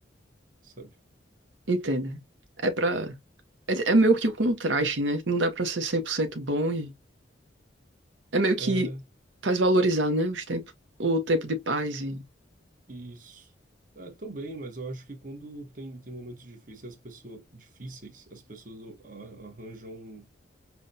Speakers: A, on the right; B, on the right.
A: sabe?
B: Entenda. É pra. É, é meio que o contraste, né? Não dá pra ser 100% bom e É meio que
A: É,
B: faz valorizar, né, os tempos, o tempo de paz e...
A: Isso. É, também, mas eu acho que quando tem, tem momentos difíceis, as pessoas, difíceis, as pessoas a- arranjam